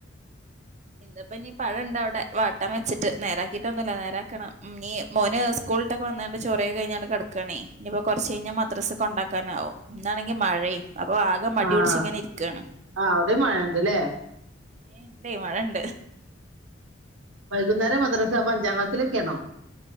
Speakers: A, on the right (about 35°); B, on the right (about 80°).
A: ഇന്തപ്പ ഇനീ പഴോണ്ട് അവിടെ വാട്ടം വെച്ചിട്ട് നേരാക്കിട്ട് ഒന്നുമില്ല നേരാക്കണം ഇനീം മോന് സ്കൂൾട്ടക്ക വന്നാല് ചൊർ കഴിഞ്ഞാണ് കെടക്കണേ ഇനിയിപ്പൊ കൊറച്ച് കഴിഞ്ഞാൽ മദ്രസ് കൊണ്ടാക്കാനാവും ഇന്നാണെങ്കി മഴയും അപ്പൊ ആകെ മടിപിടിച്ച്
B: ആഹ്
A: ഇങ്ങനെ ഇരിക്കാണ്
B: ആഹ് അവിടെയും മഴയുണ്ടല്ലേ
A: ഏയ് ഇണ്ടേ മഴ ഇണ്ട്
B: വൈകുന്നേരം മദ്രസ്സാ അപ്പൊ അഞ്ചാം ക്ലാസിലൊക്കെ ആണോ